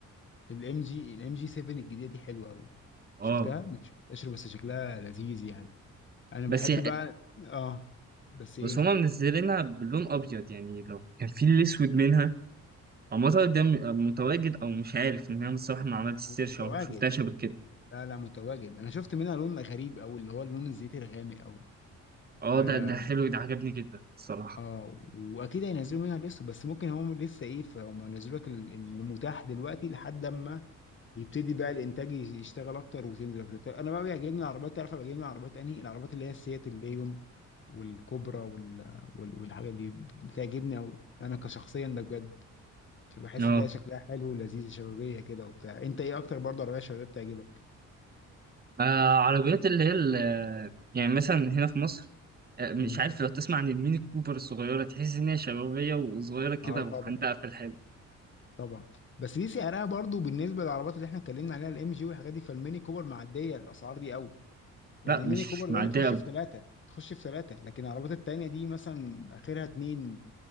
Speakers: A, on the left (about 40°); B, on the right (about 30°).
A: الام جي الام جي 7 الجديده دي حلوه قوي
B: اه
A: شفتها مش منتشره بس شكلها لذيذ يعني انا
B: بس
A: بحب بقى اه بس ايه
B: بس هما منزلينها باللون ابيض يعني لو كان في الاسود منها هو المطعم ده م- متواجد او مش عارف ان انا الصراحه ما عملتش سيرش
A: هو متواجد
B: او ما شفتهاش قبل كده
A: لا لا متواجد انا شفت منها لون غريب او اللي هو اللون الزيتي الغامق قوي
B: اه
A: اه
B: ده ده حلو ده عجبني جدا الصراحه
A: آه، واكيد هينزلوا منها الاسود بس ممكن هم لسه ايه فهم ينزلوا لك ال- المتاح دلوقتي لحد اما يبتدي بقى الانتاج يش- يشتغل اكتر وتنزل اكتر طب انا بقى بيعجبني العربيات تعرف أنا بيعجبني العربيات انهي العربيات اللي هي السيات الليون والكوبرا وال... وال... والحاجات دي بتعجبني قوي انا كشخصيا ده بجد بحس
B: اه
A: ان هي شكلها حلو ولذيذ شبابيه كده وبتاع انت ايه اكتر برضه عربيه شبابيه بتعجبك
B: آه، عربيات اللي هي ال- يعني مثلا هنا في مصر آه، مش
A: مم.
B: عارف لو تسمع عن الميني كوبر الصغيره تحس ان هي شبابيه وصغيره كده
A: اه طبعا
B: ومحندقه في الحلو
A: طبعا بس دي سعرها برضو بالنسبه للعربيات اللي احنا اتكلمنا عليها الام جي والحاجات دي فالميني كوبر معديه الاسعار دي قوي يعني
B: لا مش
A: ميني كوبر دلوقتي
B: معديه
A: تخش
B: قوي
A: في ثلاثه تخش في ثلاثه لكن العربيات التانيه دي مثلا اخرها اتنين